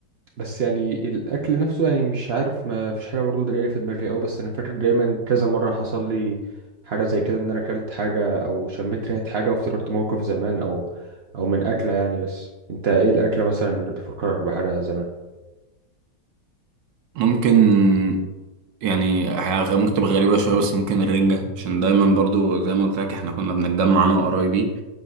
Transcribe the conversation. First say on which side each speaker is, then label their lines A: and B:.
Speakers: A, on the right (about 60°); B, on the right (about 80°).
A: بس يعني الاكل نفسه يعني مش عارف ما فيش حاجه برضه جايه في دماغي قوي بس انا فاكر دايما كذا مره حصل لي حاجه زي كده ان انا اكلت حاجه او شميت ريحه حاجه وافتكرت موقف زمان او او من اكله يعني بس انت ايه الاكله مثلا اللي بتفكر بحاجه زمان
B: ممكن يعني هي- ممكن تبقى غريبة شوية بس ممكن الرنجة عشان دايما برضو زي ما قلت لك احنا كنا بنتجمع انا وقرايبي